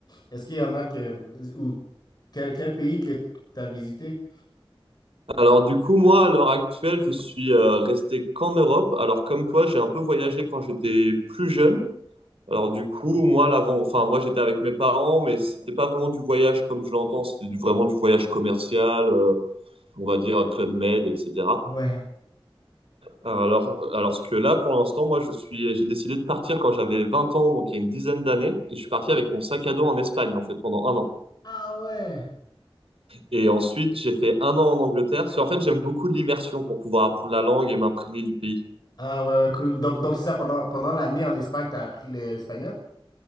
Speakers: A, on the left; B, on the right.
A: est-ce qu'il y en a que, ou quel, quel pays que t'as visité?
B: Alors du coup, moi, à l'heure actuelle, je suis euh, resté qu'en Europe. Alors comme toi, j'ai un peu voyagé quand j'étais plus jeune. Alors du coup, moi, l'avant, enfin moi, j'étais avec mes parents, mais c'était pas vraiment du voyage comme je l'entends. C'était du- vraiment du voyage commercial, euh, on va dire Club Med, etc.
A: Ouais.
B: Alors, alors que là, pour l'instant, moi, je suis, j'ai décidé de partir quand j'avais 20 ans, donc il y a une dizaine d'années, et je suis parti avec mon sac à dos en Espagne, en fait, pendant un an.
A: Ah ouais.
B: Et ensuite, j'ai fait un an en Angleterre. Parce que, en fait, j'aime beaucoup l'immersion pour pouvoir apprendre la langue et m'imprégner du pays.
A: Ah ouais, ouais, cool. Donc, donc c'est ça, pendant, pendant l'année en Espagne, t'as appris le- l'espagnol?